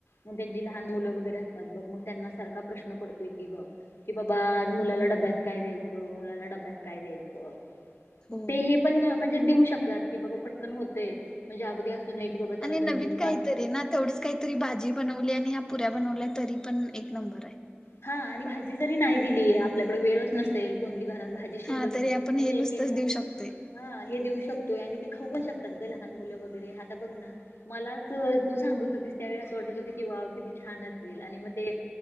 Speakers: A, on the left; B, on the left.
A: मग त्यांची लहान मुलं वगैरे असतात बघ मग त्यांना सारखा प्रश्न पडतोय की ब कि बाबा आज मुलाला डब्याक काय द्यायचो मुलाला डब्याक काय द्यायचं.
B: हो
A: मग ते हे पण म्हणजे देऊ शकतात की बाबा पटकन होते म्हणजे अगदी अस. नाही की बाबा त्याला
B: आणि
A: दोन
B: नवीन
A: तीन
B: काहीतरी
A: तास
B: ना तेवढीच काहीतरी भाजी बनवली आणि ह्या पुऱ्या बनवल्या तरी पण एक नंबर आहे.
A: हा आणि भाजी जरी नाही दिली आपल्याकडे वेळच नसेल कोणती घरात भाजी शिल्लक
B: हा तरी आपण
A: म्हणजे
B: हे नुसतंच
A: एक एकदा
B: देऊ शकतोय
A: हा हे देऊ शकतोय आणि ते खाऊ पण शकतात ग लहान मुलं वगैरे आता बघ ना. मलाच तू सांगत होतीस त्यावेळी असं वाटत होत की वाव किती छान असेल आणि मग ते